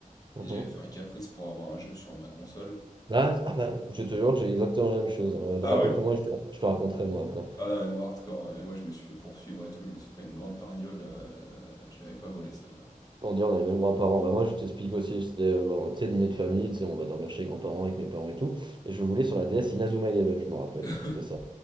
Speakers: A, on the right; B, on the left.
A: Mmh
B: et j'avais fait un caprice pour avoir un jeu sur ma console.
A: Ah ah bah, je te jure, que j'ai exactement la même chose. Ouais,
B: Ah
A: raconte-moi,
B: ouais?
A: je te je te raconterai moi après.
B: Ah non, mais moi hardcore. hein. Et moi, je me suis fait poursuivre et tout. Je me suis pris une grande tarniole. euh, là, je l'avais pas volée celle-là.
A: On dit on a les mêmes grands-parents. Bah moi je t'explique aussi, c'était euh, bon, tu sais, dîner de famille, tu sais, on va dormir chez les grands-parents avec mes parents et tout. Et je voulais sur la DS Inazuma Eleven, je me rappelle.
B: <laughs>
A: C'était ça.